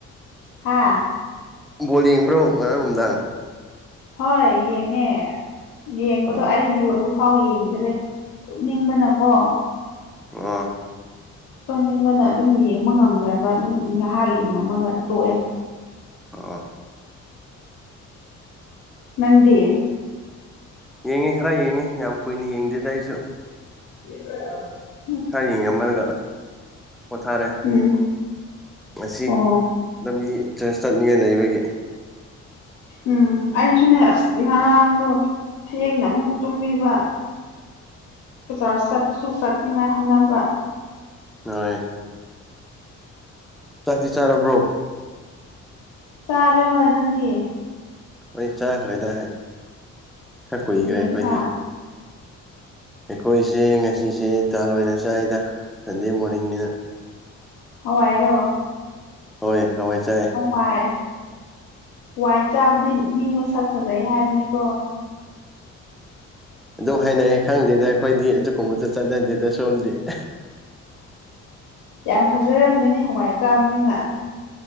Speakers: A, on the left; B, in the centre.
A: ꯍꯥ
B: ꯕꯣꯜ ꯌꯦꯡꯕ꯭ꯔꯣ ꯉꯔꯥꯡ ꯅꯨꯡꯗꯥꯡ
A: ꯍꯣꯏ ꯌꯦꯡꯉꯦ ꯌꯦꯡꯕꯗꯣ
B: ꯑꯣ
A: ꯑꯩ ꯂꯣꯏꯕꯨ ꯐꯥꯎ ꯌꯦꯡꯗꯔꯦ ꯇꯨꯝꯅꯤꯡꯕꯅꯀꯣ
B: ꯑꯣ
A: ꯇꯨꯝꯅꯤꯡꯕꯅ ꯑꯗꯨꯝ ꯌꯦꯡꯕ ꯉꯝꯗ꯭ꯔꯕ ꯑꯗꯨꯝ ꯉꯍꯥꯛ ꯌꯦꯡꯉꯝꯃꯒ ꯇꯣꯛꯑꯦ
B: ꯑꯣ
A: ꯅꯪꯗꯤ
B: ꯌꯦꯡꯉꯦ ꯈꯔ ꯌꯦꯡꯉꯦ ꯌꯥꯝ ꯀꯨꯏꯅ ꯌꯦꯡꯗꯦꯗ ꯑꯩꯁꯨ
A: <inaudible>
B: ꯈꯔ ꯌꯦꯡꯉꯝꯃꯒ ꯄꯣꯊꯥꯔꯦ
A: ꯎꯝ
B: ꯉꯁꯤ
A: ꯑꯣ
B: ꯂꯝꯕꯤ ꯆꯔꯁ ꯆꯠꯅꯤꯉꯥꯏ ꯂꯩꯕꯒꯤ
A: ꯎꯝ ꯑꯩꯁꯨꯅꯦ ꯑꯁ ꯉꯔꯥꯡꯗꯣ ꯊꯦꯡꯅ ꯑꯃꯨꯛ ꯇꯨꯝꯕꯤꯕ ꯕꯖꯥꯔ ꯆꯠꯁꯨ ꯆꯠꯅꯤꯡꯉꯥꯏ ꯍꯣꯠꯅꯕ
B: ꯍꯣꯏ ꯆꯥꯛꯇꯤ ꯆꯥꯔꯕ꯭ꯔꯣ
A: ꯆꯥꯔꯦ ꯍꯣꯏ ꯅꯪꯗꯤ
B: ꯑꯩ ꯆꯥꯈ꯭ꯔꯦꯗ ꯍꯩ ꯈꯔ ꯀꯨꯏꯈ꯭ꯔꯦ
A: ꯀꯔꯤ ꯌꯦꯟꯁꯥꯡ
B: ꯑꯈꯣꯏꯗꯤ ꯑꯩꯈꯣꯏꯁꯦ ꯉꯁꯤꯁꯦ ꯇꯥꯜ ꯑꯣꯏꯅ ꯆꯥꯏꯗ ꯁꯟꯗꯦ ꯃꯣꯔꯅꯤꯡꯅꯤꯅ
A: ꯍꯋꯥꯏꯔꯣ
B: ꯍꯣꯏ ꯍꯋꯥꯏ ꯆꯥꯏꯑꯦ
A: ꯋꯥꯏ ꯋꯥꯏ ꯆꯥꯕꯗꯤ ꯃꯤ ꯃꯁꯛ ꯐꯖꯩ ꯍꯥꯏꯕꯅꯤꯀꯣ
B: ꯑꯗꯨ ꯍꯥꯏꯅꯩꯑꯦ ꯈꯪꯗꯦꯗꯥ ꯑꯩꯈꯣꯏꯗꯤ ꯑꯗꯨꯒꯨꯝꯕꯗꯨ ꯆꯠꯅꯗꯦꯗ ꯁꯣꯝꯗꯤ <inaudible>
A: ꯌꯥꯝ ꯐꯖꯔꯝꯒꯅꯤ ꯍꯋꯥꯏ ꯆꯥꯕꯅꯤꯅ